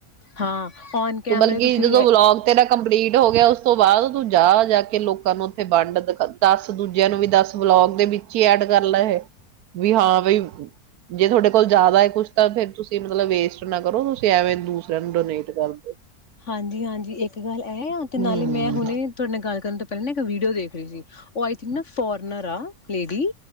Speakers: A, on the left; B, on the right.
A: ਹਾਂ ਔਨ ਕੈਮਰੇ
B: ਤੂੰ ਬਲਕਿ
A: ਤੁਸੀਂ
B: ਜਦੋਂ ਵਲੋਗ ਤੇਰਾ ਕੰਪਲੀਟ ਹੋ ਗਿਆ ਉਸ ਤੋਂ ਬਾਅਦ ਤੂੰ ਜਾ ਜਾ ਕੇ ਲੋਕਾਂ ਨੂੰ ਉੱਥੇ ਵੰਡ ਦੱਸ ਦੂਜਿਆਂ ਨੂੰ ਵੀ ਦਸ ਬਲੋਗ ਦੇ ਵਿੱਚ ਹੀ ਐਡ ਕਰ ਲੈ ਇਹ ਵੀ ਹਾਂ ਬਈ ਜੇ ਤੁਹਾਡੇ ਕੋਲ ਜ਼ਿਆਦਾ ਹੈ ਕੁਛ ਤਾਂ ਫੇਿਰ ਤੁਸੀਂ ਮਤਲਬ ਵੇਸਟ ਨਾ ਕਰੋ ਤੁਸੀਂ ਐਵੇਂ ਦੂਸਰਿਆਂ ਨੂੰ ਡੋਨੇਟ ਕਰ ਦਿਓ
A: ਹਾਂਜੀ ਹਾਂਜੀ ਇੱਕ ਗੱਲ ਐ ਤੇ ਨਾਲ
B: ਹੂੰ
A: ਹੀ ਮੈਂ ਹੁਣੇ ਤੁਹਾਡੇ ਨਾਲ ਗੱਲ ਕਰਨ ਤੋਂ ਪਹਿ ਇੱਕ ਵੀਡੀਓ ਦੇਖ ਰਹੀ ਸੀ ਉਹ ਆਈ ਥਿੰਕ ਨਾ ਫੋਰਨਰ ਆ ਲੇਡੀ